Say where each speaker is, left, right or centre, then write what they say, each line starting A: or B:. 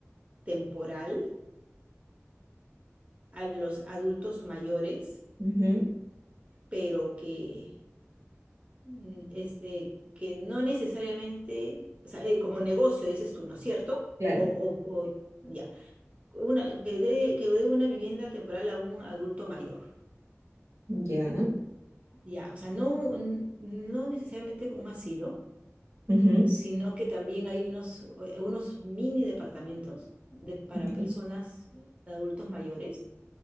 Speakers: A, on the right; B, on the right.
A: temporal a los adultos mayores,
B: Ujú,
A: pero que, mm, este, que no necesariamente, o sea, eh, como negocio, dices tú, ¿no es cierto?
B: Claro.
A: O, o, o- ya. una, que dé, que dé una vivienda temporal a un adulto mayor.
B: Ya.
A: Ya, o sea, no, un- no necesariamente un asilo,
B: Ujú,
A: sino que también hay unos, eh, unos mini departamentos de, para
B: Ok.
A: personas, adultos mayores,